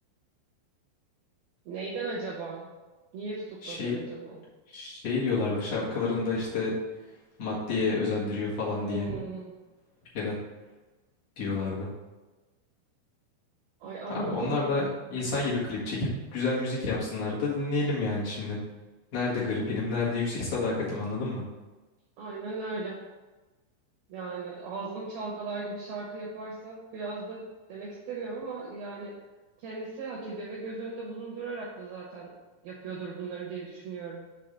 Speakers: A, on the right; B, on the left.
A: Neyden acaba? Niye tutukladılar
B: Şey
A: acaba?
B: şey diyorlardı şarkılarında işte maddeye özendiriyor falan
A: Hmm.
B: diye bir şeyler diyorlardı.
A: Ay anladım.
B: Abi onlar da insan gibi klip çekip güzel müzik yapsınlar da dinleyelim yani şimdi. Nerede Gripinim,
A: E,
B: nerede Yüksek Sadakatim anladın mı?
A: aynen öyle. Yani ağzını çalkalar gibi şarkı yaparsa biraz da demek istemiyorum ama yani kendisi hak ediyor ve göz önünde bulundurarak da zaten yapıyordur bunları diye düşünüyorum.